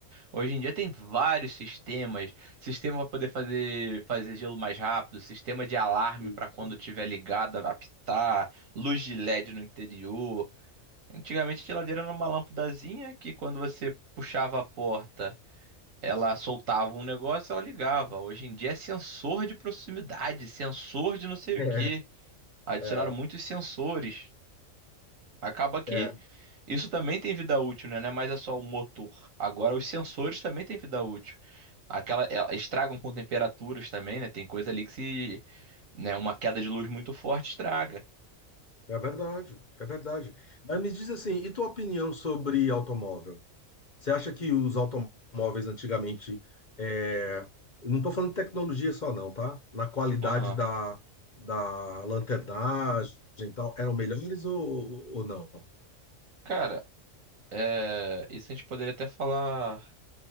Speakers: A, on the right; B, on the left.
A: Hoje em dia tem vários sistemas, sistema para poder fazer fazer gelo mais rápido, sistema de alarme
B: Isso.
A: para quando tiver ligada apitar, luz de LED no interior. Antigamente a geladeira era uma lâmpadazinha que quando você puxava a porta, ela soltava um negócio, e ela ligava. Hoje em dia é sensor de proximidade, sensor de não sei o
B: É,
A: quê. Adicionaram
B: é,
A: muitos sensores. Acaba que
B: é,
A: isso também tem vida útil, né? Não é mais é só o motor. Agora, os sensores também têm vida útil. Aquela, ela- estragam com temperaturas também, né? Tem coisa ali que se, né, uma queda de luz muito forte estraga.
B: é verdade, é verdade. Mas me diz assim, e tua opinião sobre automóvel? Você acha que os automóveis antigamente, é, eu não estou falando de tecnologia só não, tá? Na qualidade
A: Aham.
B: da, da lanternagem e tal, eram melhores ou, ou ou não?
A: Cara, é, isso a gente poderia até falar.